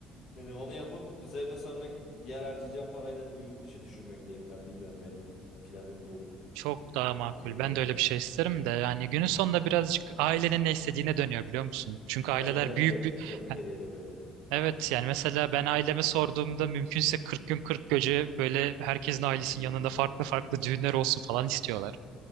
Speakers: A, on the left (about 60°); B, on the right (about 75°).
A: Hani onu yapıp üzerine sonra diğer harcayacağım parayla da bir yurt dışı düşünmekteyim ben bilmiyorum benim planım bu
B: Çok daha makul.
A: düğün olarak.
B: Ben de öyle bir şey isterim de yani günün sonunda birazcık ailenin ne istediğine dönüyor biliyor musun? Çünkü
A: Evet
B: aileler
A: biraz
B: büyük
A: evet
B: bir...
A: yapı
B: Ha,
A: gereği de böyle
B: Evet yani mesela ben aileme sorduğumda mümkünse 40 gün 40 gece böyle herkesin ailesinin
A: düğün
B: yanında
A: yapalım.
B: farklı
A: <laughs>
B: farklı düğünler olsun falan istiyorlar.